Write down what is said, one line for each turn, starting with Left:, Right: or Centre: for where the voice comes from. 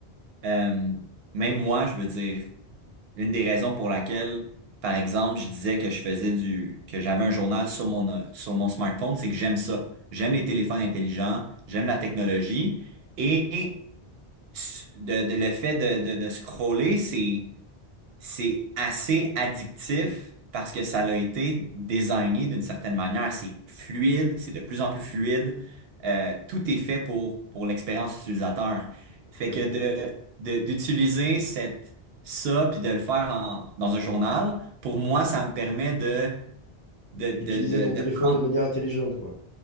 Right: euh, même moi, je veux dire, Une des raisons pour laquelle, par exemple, je disais que je faisais du, que j'avais un journal sur mon, euh, sur mon smartphone, c'est que j'aime ça. J'aime les téléphones intelligents, j'aime la technologie et s- de, de- le fait de, de, de scroller, c'est, c'est assez addictif parce que ça l'a été désigné d'une certaine manière. C'est fluide, c'est de plus en plus fluide. Euh, tout est fait pour, pour l'expérience utilisateur. Fait
Left: Ouais.
Right: que de, de- d'utiliser cette, ça puis de le faire en- dans un journal, pour moi, ça me permet de, de, de,
Left: D'utiliser
Right: de,
Left: ton
Right: de
Left: téléphone
Right: prendre,
Left: de manière intelligente, quoi.